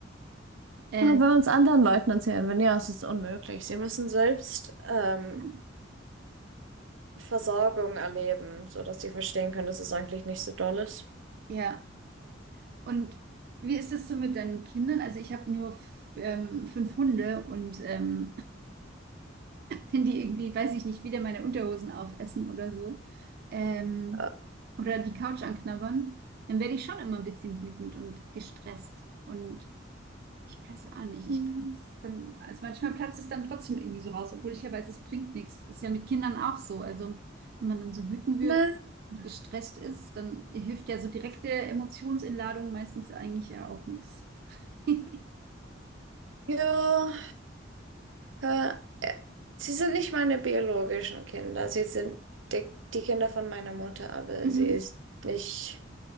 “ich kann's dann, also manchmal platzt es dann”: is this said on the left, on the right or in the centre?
Right